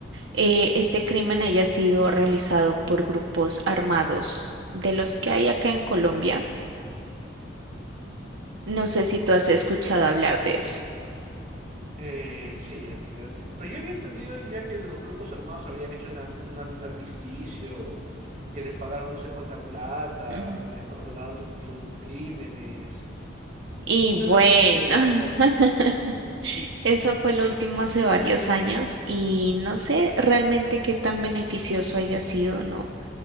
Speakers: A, on the right (about 75°); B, on the right (about 45°).
A: eh, este crimen haya sido realizado por grupos armados de los que hay acá en Colombia no sé
B: Mm,
A: si tú
B: ya.
A: has escuchado hablar de eso.
B: Eh, sí, en realidad. Pero yo había entendido ya que los grupos armados habrían hecho una- un am- armisticio, que les pagaron no sé cuánta plata,
A: Ujú.
B: les condonaron sus sus crímenes.
A: Y
B: Eso
A: bueno,
B: es lo último que yo había escuchado.
A: <laughs> eso fue lo último hace varios años y no sé realmente qué tan beneficioso haya sido, ¿no?